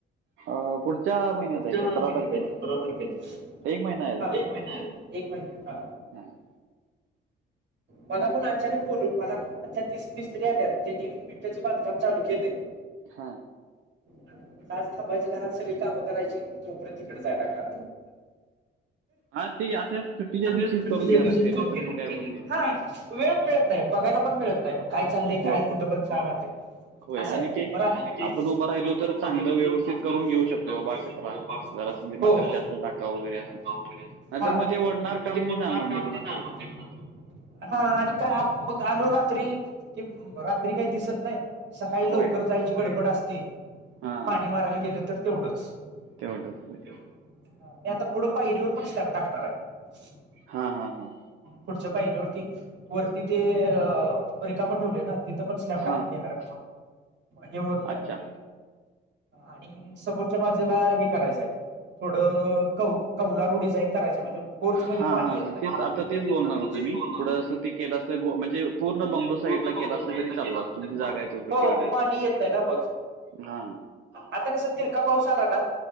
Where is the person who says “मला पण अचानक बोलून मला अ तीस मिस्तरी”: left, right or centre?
Right